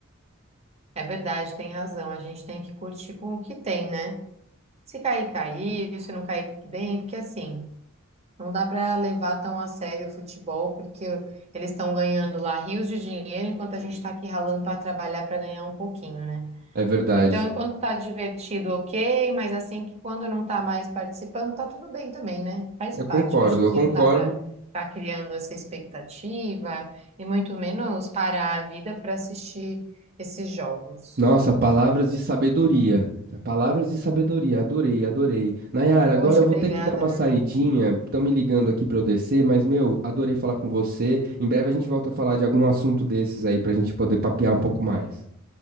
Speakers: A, on the right; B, on the right.
A: É verdade, tem razão. A gente tem que curtir com o que tem, né? Se cair, cair. Se não cair, tudo bem. Porque assim, Não dá para levar tão a sério o futebol, porque eles estão ganhando lá rios de dinheiro, enquanto a gente está aqui ralando para trabalhar para ganhar um pouquinho, né?
B: É verdade.
A: Então, enquanto tá divertido, ok, mas assim que quando não tá mais participando, tá tudo bem também, né? Faz
B: Eu
A: parte.
B: concordo,
A: Eu acho
B: eu
A: que
B: concordo.
A: não dá para ficar criando essa expectativa e muito menos parar a vida para assistir esses jogos.
B: Nossa, palavras de sabedoria. Palavras de sabedoria, adorei, adorei. Nayara,
A: Poxa,
B: agora eu vou
A: obrigada,
B: ter que dar uma
A: meu
B: saidinha.
A: irmão.
B: Estão me ligando aqui pra eu descer, mas meu, adorei falar com você. Em breve a gente volta a falar de algum assunto desses aí pra gente poder papear um pouco mais.